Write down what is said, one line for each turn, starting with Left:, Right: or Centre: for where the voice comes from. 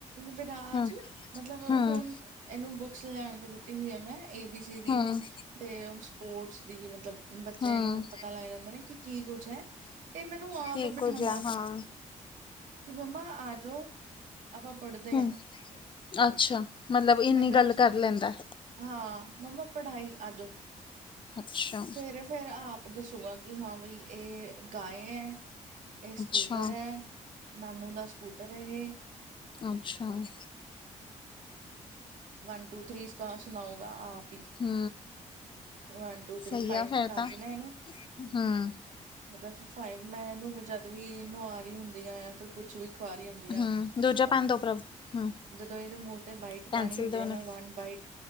Right: ਵਿਰਾਜ
Left: ਹੂੰ
Right: ਮਤਲਬ
Left: ਹੂੰ
Right: ਹੁਣ ਇਹਨੂੰ ਬੁੱਕਸ ਲਿਆਣ ਕੇ ਦਿੱਤੀ ਹੋਈ ਆ ਮੈਂ, ਏ ਬੀ ਸੀ ਦੀ
Left: ਹੂੰ
Right: ਤੇ ਸਪੋਰਟਸ ਦੀ ਮਤਲਬ ਬੱਚੇ
Left: ਹੂੰ
Right: ਨੂੰ ਪਤਾ ਲੱਗ ਜਾਂਦਾ ਨੇ ਕਿ ਕੀ ਕੁੱਛ ਹੈ ਤੇ ਮੈਨੂੰ ਆਪ
Left: ਕੀ
Right: ਬਿਠਾਂਦਾ।
Left: ਕੁੱਝ ਆ ਹਾਂ
Right: ਕਿ ਮੰਮਾ ਆਜੋ ਆਪਾਂ ਪੜ੍ਹਦੇ
Left: ਹੂੰ
Right: ਹਾਂ।
Left: ਅੱਛਾ ਮਤਲਬ ਇੰਨੀ
Right: ਮੈਂ ਕਿਹਾ
Left: ਗੱਲ
Right: ਅੱਛਾ
Left: ਕਰ ਲੈਂਦਾ।
Right: ਹਾਂ ਮੰਮਾ ਪੜ੍ਹਾਈ ਆਜੋ।
Left: ਅੱਛਾ।
Right: ਫੇਰ-ਫੇਰ ਆਪ ਦੱਸੂਗਾ ਕਿ ਹਾਂ ਬਈ ਇਹ ਗਾਯ ਐ। ਇਹ ਸਕੂਤਰ
Left: ਅੱਛਾ ਹੂੰ
Right: ਐ ਨਾਨੂ ਦਾ ਸਕੂਟਰ ਹੈ ਯੇ।
Left: ਅੱਛਾ ਹੂੰ।
Right: ਵਨ ਟੂ ਥ੍ਰਰੀ ਸਕ ਸੁਣਾਉਗਾ ਆਪ ਹੀ।
Left: ਹੂੰ।
Right: ਵਨ ਟੂ ਥ੍ਰੀ
Left: ਸਹੀ
Right: ਫਾਈਵ
Left: ਫੇਰ
Right: ਤੱਕ ਆ
Left: ਤਾਂ
Right: ਗਈ ਨਾ ਇਹਨੂੰ।
Left: ਹੂੰ
Right: ਮਤਲਬ ਫਾਈਵ ਮੈਂ ਇਹਨੂੰ ਜਦ ਵੀ ਨੁਆ ਰਹੀ ਹੁੰਦੀਆਂ ਹਾਂ ਯਾਂ ਫਿਰ ਕੁੱਛ ਵੀ ਖੁਆ ਰੀ ਹੁੰਦੀ
Left: ਹੂੰ
Right: ਆਂ
Left: ਦੂਜਾ ਪੈਨ
Right: ਅ
Left: ਦੋ ਪ੍ਰਭ ਹੂੰ
Right: ਜਦੋਂ ਇਹਦੇ ਮੂੰਹ ਤੇ ਬਾਈਟ
Left: ਪੈਨਸਿਲ
Right: ਪਾਣੀ ਹੁੰਦੀ
Left: ਦੋ
Right: ਆ,
Left: ਨਾ
Right: ਮੈਂ one byte,